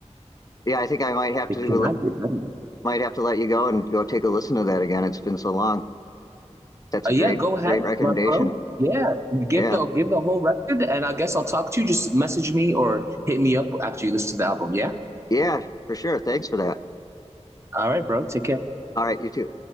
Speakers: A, on the left; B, on the right.
A: yeah, I think I might have
B: It
A: to
B: cannot get better than
A: might have to let you go and go take a listen to that again. It's been so long. That's
B: Uh,
A: a great
B: yeah, go ahead,
A: great recommendation.
B: my bro. Yeah, give
A: Yeah,
B: the give the whole record, and I guess I'll talk to you. Just message me or hit me up after you listen to the album. Yeah.
A: yeah, for sure. Thanks for that.
B: All right, bro. Take care.
A: All right, you too.